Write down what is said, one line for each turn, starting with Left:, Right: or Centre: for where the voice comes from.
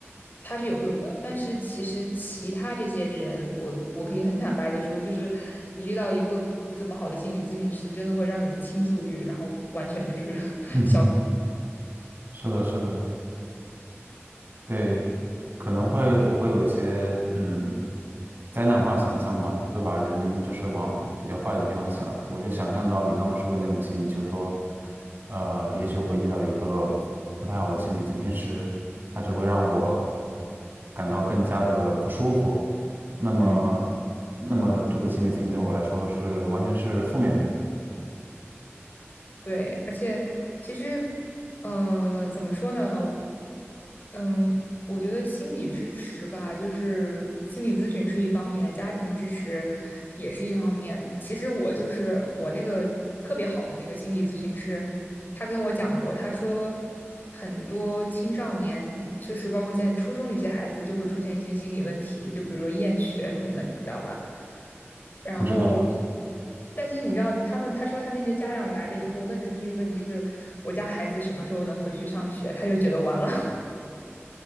Left: 它是有用的，但是其实其他这些人，我我可以很坦白的说，就是你遇到一个不怎么好的心理咨询师，真的会让你的倾诉欲，然后完全就是 <laughs>
Right: <laughs> 是的，是的，对，
Left: 对，
Right: 可能会我会有一些嗯灾难化想象吧，会把人就是往比较坏的地方想。我就想象到你刚刚说的那种情景，就是说，呃，也许我会遇到一个不太好的心理咨询师，他只会让我感到更加的不舒服。那么，
Left: 嗯，
Right: 那么这个心理咨询对我来说是完全是负面的，
Left: 对，而且其实，呃，怎么说呢，嗯，我觉得心理支持吧，就是心理咨询是一方面，家庭支持也是一方面。其实我就是我那个特别好的那个心理咨询师，他跟我讲过，他说很多青少年，就是包括现在初中的一些孩子，就会出现一些心理问题，就比如说厌学什么的，你知道吧？然后，
Right: 我知道。
Left: 但是你知道，他们他说他那些家长来了以后问的第一个问题是，我家孩子什么时候能回去上学？他就觉得完了。